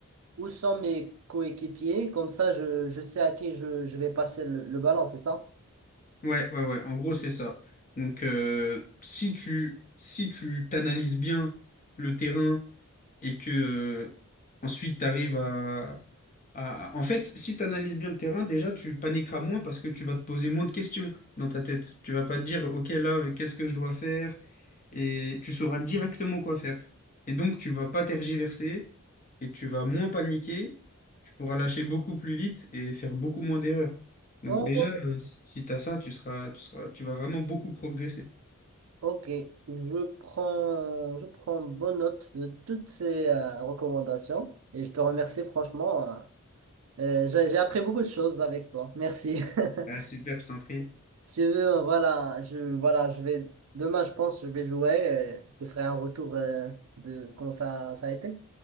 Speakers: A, on the right; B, on the left.
A: où sont mes coéquipiers. Comme ça, je, je sais à qui je, je vais passer le, le ballon, c'est ça?
B: Ouais, ouais, ouais. En gros, c'est ça. Donc euh, si tu si tu t'analyses bien le terrain, et que euh, ensuite tu arrives à, à- En fait, si tu analyses bien le terrain, déjà tu paniqueras moins parce que tu vas te poser moins de questions dans ta tête. Tu vas pas te dire, OK, là, euh, qu'est-ce que je dois faire? Et tu sauras directement quoi faire. Et donc, tu vas pas tergiverser et tu vas moins paniquer. Tu pourras lâcher beaucoup plus vite et faire beaucoup moins d'erreurs. Donc
A: Oh,
B: déjà, euh, si si tu as ça, tu seras, tu seras, tu vas vraiment beaucoup progresser.
A: ok, je prends, je prends bonne note de toutes ces euh, recommandations et je te remercie franchement. euh, euh, j'ai j'ai appris beaucoup de choses avec toi. Merci.
B: Ah,
A: <laughs>
B: super, je t'en prie.
A: Si tu veux, euh, voilà, je, voilà, je vais, demain, je pense, je vais jouer. euh, je te ferai un retour euh, de comment ça, ça a été.